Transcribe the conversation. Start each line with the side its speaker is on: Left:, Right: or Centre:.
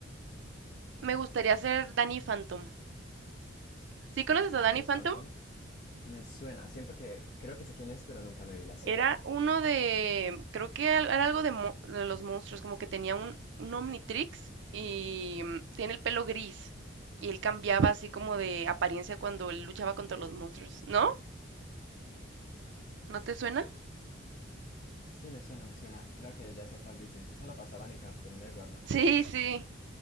Right: me gustaría ser Danny Phantom. ¿Sí conoces a Danny
Left: Danny
Right: Phantom?
Left: Phantom. Me suena. Siento que creo que sé quién es, pero nunca me vi la serie.
Right: Era uno de, creo que al- era algo de, mo- de los monstruos, como que tenía un, un Omnitrix y mm, tiene el pelo gris. Y él cambiaba así como de apariencia cuando él luchaba contra los monstruos, ¿no? ¿No te suena?
Left: Sí, me suena, me suena. Creo que ya sé cuál dices. Esa la pasaban en Cartoon Network, ¿no?
Right: Sí, sí,